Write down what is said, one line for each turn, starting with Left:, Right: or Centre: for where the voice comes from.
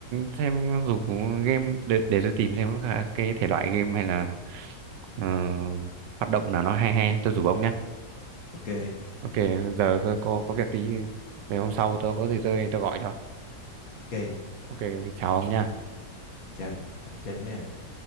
Right: xem dù có game để, để tôi tìm xem có cái thể loại game hay là ờ, hoạt động nào nó hay hay tôi rủ ông nhá
Left: Ok,
Right: ok giờ tôi có có việc tí về hôm sau tôi có gì tôi tôi gọi cho
Left: ok,
Right: Ok, ok, ok. chào ông nha.
Left: chào, chào nha.